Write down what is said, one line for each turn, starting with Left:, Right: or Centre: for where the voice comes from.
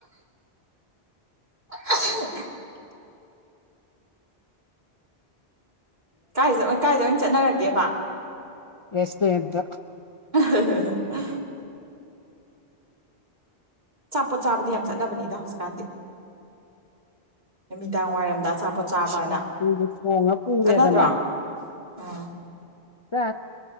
Right: <unintelligible> ꯀꯥꯏꯗ ꯀꯥꯏꯗ ꯑꯣꯏꯅ ꯆꯠꯅꯔꯒꯦꯕ
Left: ꯔꯦꯁ ꯌꯦꯗ
Right: <unintelligible> ꯆꯥꯄꯣꯠ ꯆꯥꯕꯗꯤ ꯌꯥꯝ ꯆꯠꯅꯕꯅꯤꯗ ꯍꯧꯖꯤꯛꯀꯥꯟꯗꯤ ꯅꯨꯃꯤꯗꯥꯡ ꯋꯥꯏꯔꯝꯗ ꯑꯆꯥꯄꯣꯠ ꯆꯥꯕꯅ
Left: ꯑꯩꯈꯣꯏꯗꯤ ꯊꯣꯡꯉ ꯄꯨꯔꯦꯗꯅ
Right: ꯆꯠꯅꯗ꯭ꯔꯣ ꯎꯥ
Left: ꯄꯥ